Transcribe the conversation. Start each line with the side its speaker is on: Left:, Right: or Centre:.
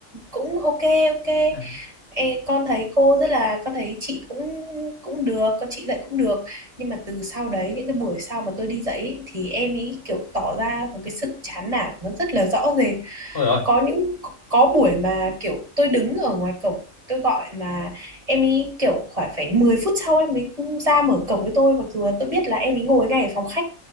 Right: cũng ok ok
Left: à.
Right: Ê, con thấy cô rất là con thấy chị cũng cũng được con chị dạy cũng được nhưng mà từ sau đấy những cái buổi sau mà tôi đi dạy ý, thì em ấy kiểu tỏ ra một cái sự chán nản nó rất là rõ rệt
Left: ôi ôi
Right: có những có buổi mà kiểu tôi đứng ở ngoài cổng tôi gọi mà em ấy kiểu khoảng phải 10 phút sau em ấy ra mở cổng với tôi mặc dù là tôi biết là em ấy ngồi ngay ở phòng khách